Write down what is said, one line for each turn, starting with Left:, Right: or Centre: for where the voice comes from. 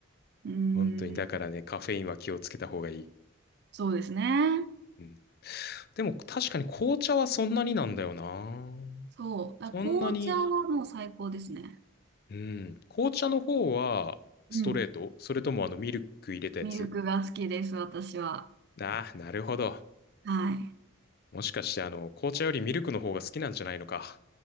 Right: うー
Left: 本当に、だからね、
Right: ん。
Left: カフェインは気をつけた方がいい。
Right: そうですね。
Left: うん。でも、確かに紅茶はそんなになんだよな。
Right: そう。だ紅茶はもう最高ですね。
Left: そんなに、うん。紅茶の方は、ストレートそれともあの、
Right: うん。
Left: ミルク入れたやつ
Right: ミルクが好きです、私は。
Left: ああー、なるほど。
Right: はい。
Left: もしかして、あの、紅茶よりミルクの方が好きなんじゃないのか。